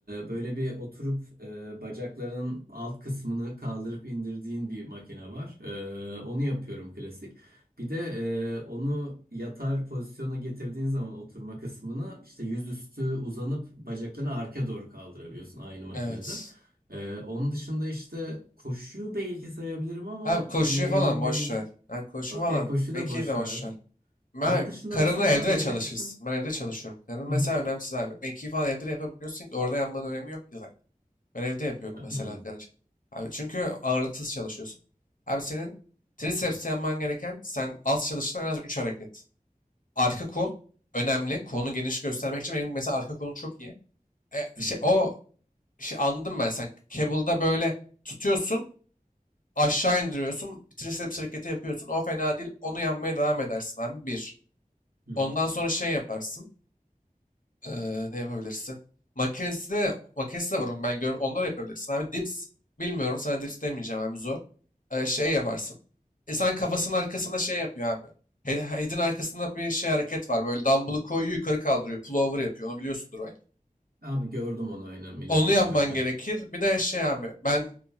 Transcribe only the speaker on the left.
Evet.
Abi koşu
falan boş
ver. Yani koşu
falan
mekiği
de boş
ver. Ben
karınla
evde de
çalışırsın.
Ben evde çalışıyorum. Karın
mesela
önemsiz abi. Mekiği falan evde de yapabiliyorsun ki orada yanmanın önemi yok ki zaten. Ben evde yapıyorum
mesela karın. Abi çünkü ağırlıksız çalışıyorsun. Abi senin triceps'te yapman gereken sen az çalıştığın en az 3 hareket. Arka kol önemli. Kolunu geniş göstermek için benim mesela arka kolum çok iyi. E,
şey,
o şey anladım ben sen. Cable'da böyle tutuyorsun aşağı indiriyorsun. Bir triceps hareketi yapıyorsun. O fena değil. Onu yanmaya devam edersin abi. Bir.
Ondan
sonra şey yaparsın. Eee, ne yapabilirsin? Makinesi de, makinesi de var onun ben görüyorum. Onları yapabilirsin abi. Dips bilmiyorum sana dips demeyeceğim abi zor. Eee, şey yaparsın. İnsan kafasının arkasına şey yapıyor abi. He- Head'in arkasında bir şey hareket var. Böyle dumbbell'ı koyuyor yukarı kaldırıyor. Pullover yapıyor. Onu biliyorsundur belki.
Onu
yapman gerekir. Bir de şey abi. Ben